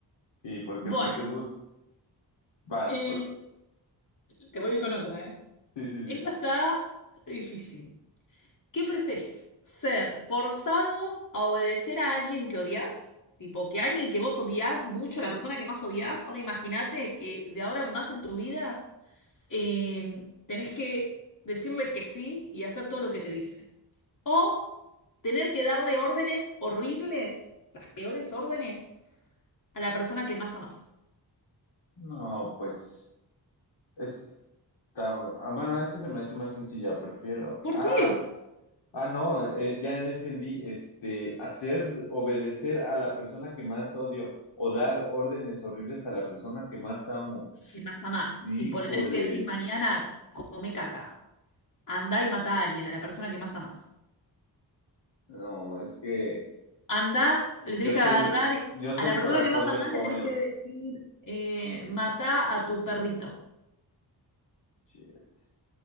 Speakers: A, on the left; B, on the left.
A: Sí, porque
B: Bueno.
A: pues según vas,
B: Eh, te voy a ir con otra, ¿eh?
A: Sí, sí, sí.
B: Esta está difícil. ¿Qué preferís? ¿Ser forzado a obedecer a alguien que odias? Tipo, que alguien que vos odias mucho, la persona que más odias. Ahora imagínate que de ahora en más en tu vida eh, tenés que decirle que sí y hacer todo lo que te dice. O tener que darle órdenes horribles, las peores órdenes, a la persona que más amás.
A: No, pues está. ah, bueno, esa se me hace más sencilla, prefiero.
B: ¿Por
A: Ah,
B: qué?
A: ah, no, eh, ya, ya entendí. Este, hacer obedecer a la persona que más odio o dar órdenes horribles a la persona que más amo.
B: de más a más.
A: Híjole,
B: Tipo, le tenés que decir mañana, come caca. Anda y mata a alguien, a la persona que más amás.
A: no, es que
B: Anda, le
A: yo
B: tenés que
A: soy,
B: agarrar, y-
A: yo soy
B: a la persona
A: corazón
B: que más amás
A: de pollo.
B: le tenés que decir, eh, mata a tu perrito.
A: Shit.